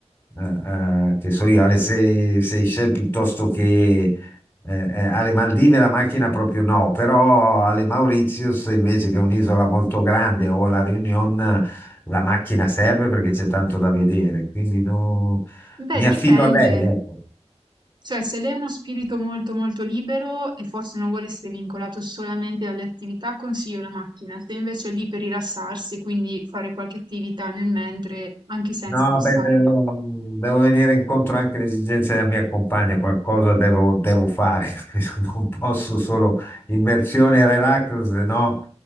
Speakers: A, on the left; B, on the right.
A: eh, eh, che so io, alle Sei- Seychelles piuttosto che eh, eh, alle Maldive la macchina proprio no, però alle Mauritius invece che è un'isola molto grande o la Réunion la macchina serve perché c'è tanto da vedere, quindi no-
B: Beh,
A: mi affido
B: dipende.
A: a lei, ecco.
B: Cioè, se lei è uno spirito molto molto libero e forse non vuole essere vincolato solamente dalle attività, consiglio la macchina. Se invece è lì per rilassarsi, quindi fare qualche attività nel mentre, anche senza
A: No,
B: costare.
A: beh, devo, devo venire incontro anche alle esigenze della mia compagna, qualcosa devo, devo fare, <laughs> non posso solo immersione e relax, se no